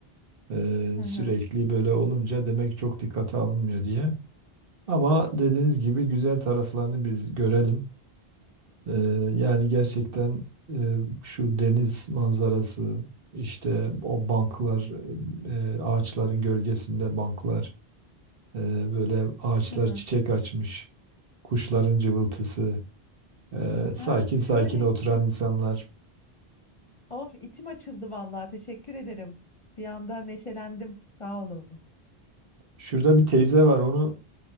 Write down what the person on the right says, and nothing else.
e,
sürekli böyle olunca demek çok dikkate alınmıyor diye. Ama dediğiniz gibi güzel taraflarını biz görelim. E, yani gerçekten e, şu deniz manzarası, işte o banklar, e, ağaçların gölgesinde banklar, e, böyle ağaçlar
çiçek açmış, kuşların cıvıltısı. Eee, sakin
sakin oturan
insanlar.
Şurada bir teyze var. Onu